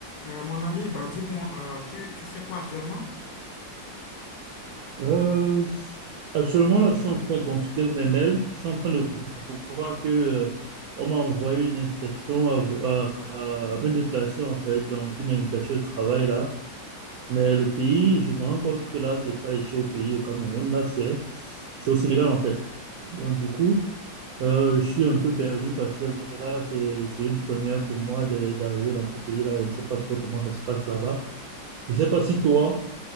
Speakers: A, on the left (about 65°); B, on the right (about 75°).
A: Euh, mon ami, bah dis-moi, euh, tu, tu fais quoi actuellement?
B: Euh, actuellement, là, je suis en train de consulter mes mails. Je suis en train de voir que, euh, on m'a envoyé une invitation à, vo- à, à- à me déplacer, en fait, donc une invitation de travail, là. Mais le pays, je me rends compte que là, c'est pas ici au pays, au Cameroun, là, c'est, c'est au Sénégal, en fait. Donc, du coup, euh, je suis un peu perdu parce que là, c'est, c'est une première pour moi de- d'arriver dans ce pays-là. Je sais pas trop comment ça se passe là-bas. Je sais pas si toi,